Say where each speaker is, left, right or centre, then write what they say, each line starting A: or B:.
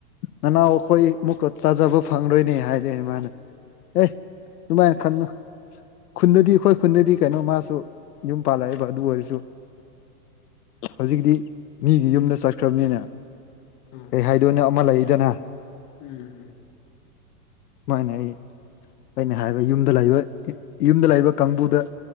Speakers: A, on the left; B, on the left.
A: ꯅꯅꯥꯎ ꯑꯩꯈꯣꯏ ꯑꯃꯨꯛꯀ ꯆꯥꯖꯕ ꯐꯪꯂꯔꯣꯏꯅꯦ ꯍꯥꯏꯔꯑ ꯃꯥꯅ ꯑꯦ ꯑꯗꯨꯃꯥꯏꯅ ꯈꯟꯅꯂꯨ ꯈꯨꯟꯗꯗꯤ ꯑꯩꯈꯣꯏ ꯈꯨꯟꯗꯗꯤ ꯀꯩꯅꯣ ꯃꯥꯁꯨ ꯌꯨꯝ ꯄꯥꯜꯂꯛꯑꯦꯕ ꯑꯗꯨ ꯑꯣꯏꯔꯁꯨ ꯍꯧꯖꯤꯛꯇꯤ ꯃꯤꯒꯤ ꯌꯨꯝꯗ ꯆꯠꯈ꯭ꯔꯕꯅꯤꯅ
B: ꯎꯝ
A: ꯀꯩ ꯍꯥꯏꯗꯣꯏꯅꯣ ꯑꯃ ꯂꯩꯗꯅ
B: ꯎꯝ ꯎꯝ
A: ꯃꯥꯏꯅ ꯑꯩ ꯑꯩꯅ ꯍꯥꯏꯕ ꯌꯨꯝꯗ ꯂꯩꯕ ꯌꯨꯝꯗ ꯂꯩꯕ ꯀꯥꯡꯕꯨꯗ